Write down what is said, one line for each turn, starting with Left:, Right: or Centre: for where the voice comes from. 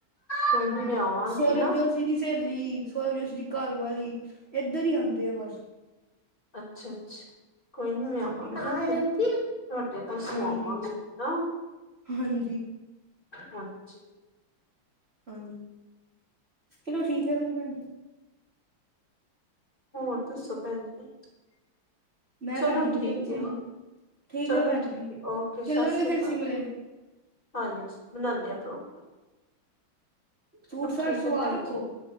Left: ਕੋਈ
Right: ਹਾਂਜੀ
Left: ਨੀ ਮੈਂ ਆਵਾਂਗੀ
Right: ਸੌਰਵ
Left: ਨਾ,
Right: ਜੋਸ਼ੀ ਦੀ ਸੇਲੀ, ਸੋਰਬ ਜੋਸ਼ੀ ਦੀ ਘਰ ਵਾਲੀ, ਏਧਰ ਈ ਆਂਦੇ ਆ ਬਸ।
Left: ਅੱਛਾ, ਅੱਛਾ। ਕੋਈ ਨੀ ਮੈਂ
Right: ਹਾਂਜੀ
Left: ਆਵਾਂਗੀ ਨਾ ਫਿਰ। ਤੁਹਾਡੇ ਕੋਲ ਸਵਾਵਾਂਗੀ।
Right: ਹਾਂਜੀ
Left: ਹਾਂ
Right: ਹਾਂਜੀ।
Left: ਹਾਂਜੀ।
Right: ਹਾਂਜੀ, ਚਲੋ ਠੀਕ ਏ, ਫਿਰ ਭੈਣ ਜੀ।
Left: ਹੋਰ ਦੱਸੋ ਭੈਣ ਜੀ?
Right: ਮੈਂ
Left: ਚਲੋ
Right: ਭੈਣ ਜੀ ਵਧੀਆ
Left: ਠੀਕ
Right: ਤੁਸੀਂ
Left: ਏ।
Right: ਸੁਣਾਓ ਠੀਕ
Left: ਚਲੋ
Right: ਹੈ ਭੈਣ
Left: ਠੀਕ
Right: ਜੀ
Left: ਓਕੇ, ਸਸ
Right: ਚੱਲਾਂਗੇ
Left: ਸ਼੍ਰੀ
Right: ਫਿਰ
Left: ਅਕਾਲ।
Right: ਸ਼ਿਮਲੇ
Left: ਹਾਂਜੀ, ਬਣਾਂਦੇ ਪ੍ਰੋਗਰਾਮ।
Right: ਸੂਟ ਸਾਟ
Left: ਠੀਕ
Right: ਸਵਾਂ
Left: ਹੈ ਭੈਣ
Right: ਰੱਖੋ,
Left: ਜੀ